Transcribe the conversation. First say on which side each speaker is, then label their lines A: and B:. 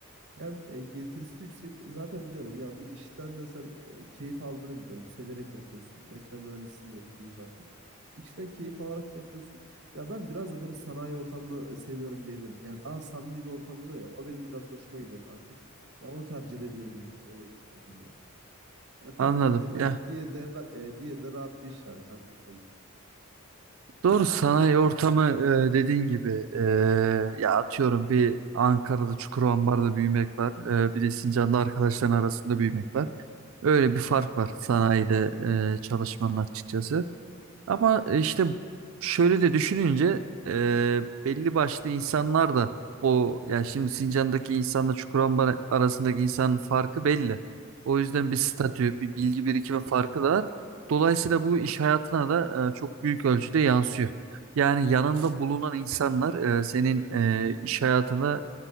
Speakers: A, on the right; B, on the right.
A: hem e, getirisi yüksek. Zaten biliyorum ya bu işten de sen e, keyif aldığını biliyorum. Severek yapıyorsun. Makine mühendisliğinde de okudun zaten. İşten keyif alarak yapıyorsun. Ya ben biraz da böyle sanayi ortamını e, seviyorum diyebilirim. Yani daha samimi bir ortam oluyor ya. O benim biraz hoşuma gidiyor kankam. Ya onu tercih edebilirdim yani. Öyle diyeyim kankam yani Ya tabii
B: Anladım.
A: ki diğeri
B: Ya
A: de, diğeri de, ra- e, diğeri de rahat bir iş yani kankam tabii ki.
B: doğru sanayi ortamı e, dediğin gibi e, ya atıyorum bir Ankara'da Çukurova'da büyümek var. E, bir de Sincan'da arkadaşların arasında büyümek var. Öyle
A: Kesinlikle.
B: bir fark var sanayide e, çalışmanın açıkçası. Ama e, işte şöyle de düşününce e, belli başlı insanlar da o yani şimdi Sincan'daki insanla Çukurambar arasındaki insanın farkı belli. O yüzden bir statü, bir bilgi birikimi farkı da var. Dolayısıyla bu iş hayatına da e, çok büyük ölçüde yansıyor. Yani yanında bulunan insanlar e, senin e, iş hayatına